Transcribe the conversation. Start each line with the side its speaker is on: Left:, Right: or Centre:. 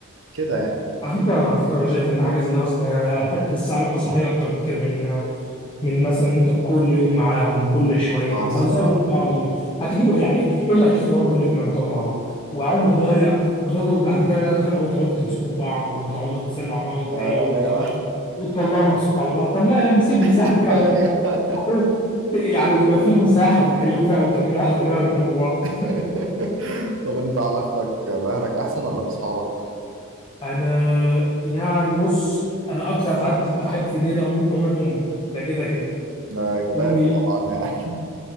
Right: كده يعني
Left: على فكرة على فكرة أنا شايف إن ده حاجة زي دي أصلا يعني هتحس علاقة صحية أكتر بكتير من من مثلا إن أنت كل يوم معاهم كل شوية
Right: اه
Left: ما أنت
Right: الصراحه
Left: هتزهقوا من بعض و- هتجيبوا يعني إيه اللي هتخترعوه كل يوم لما تقعدوا مع بعض وعمر ضايع وتقعدوا بعد كده بقى تتخانقوا وتقعدوا تمسكوا في بعض وتقعدوا تتسلوا على بعض وتتريقوا
Right: ايوه
Left: وتطلعوا وتطلعوا ناقصكم على بعض طب لا يا عم سيب مساحة
Right: <laughs>
Left: كده عشان
Right: ايوه
Left: تحققوا- يعني يبقى في مساحة تتكلموا فيها أو تعملوا عقد تعملوها لما تقابلوا بعض
Right: <laughs> طب انت علاقتك باهلك احسن ولا باصحابك
Left: انا يعني بص انا اكتر حد بحب في الدنيا دي عموما عموما امي ده كده كده
Right: ده اجباري
Left: امي
Right: طبعا يعني